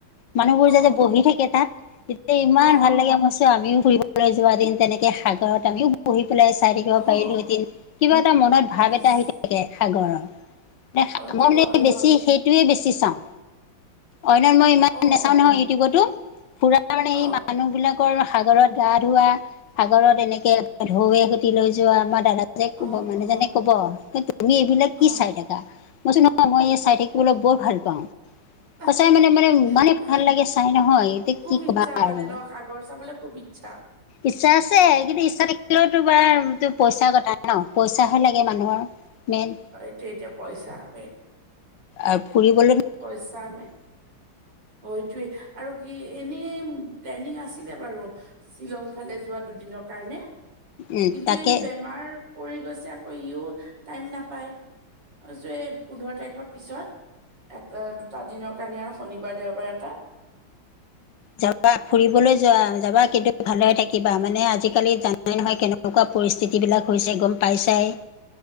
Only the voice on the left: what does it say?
মানুহবোৰ
যে বহি থাকে তাত, তেতিয়া ইমান
ভাল লাগে মই কৈছো আমিও ফুৰিবলৈ যোৱা দিন তেনেকে সাগৰত আমিও বহি পেলাই চাই থাকিব
পাৰিলো <unintelligible> কিবা এটা মনত ভাৱ
এটা আহি থাকে সাগৰৰ, মানে
মই মানে
বেছি
সেই সেইটোৱে বেছি চাওঁ, অন্য মই ইমান
নাচাওঁ
নহয় ইউটিউবতো, পুৰা তাৰ মানে
সেই মানুহ বিলাকৰ সাগৰত গা ধোৱা, সাগৰত এনেকে ঢৌৱে তি লৈ যোৱা আমাৰ দাদা <unintelligible> ক'ব,
মানুহজনে
ক'ব, এই তুমি এইবিলাক কি
চাই থাকা। কৈছো নহয়, মই এই চাই থাকিবলৈ বৰ ভাল পাওঁ।
সচাই মানে- মানে ইমানেই
ভাল লাগে চাই নহয়, এতিয়া
কি ক'বা
আৰু।
ইচ্ছা আছে, কিন্তু ইচ্ছা থাকিলেও তো বাৰ তোৰ পইচা কথা ন, পইচাহে লাগে মানুহৰ মেইন।
আৰু ফুৰিবলে
উম
তাকে
যাবা ফুৰিবলৈ যোৱা যাবা, কিন্তু ভালে থাকিবা মানে আজিকালি জানাই নহয় কেনে নেকুৱা পৰিস্থিতিবিলাক হৈছে গম পাইছাই।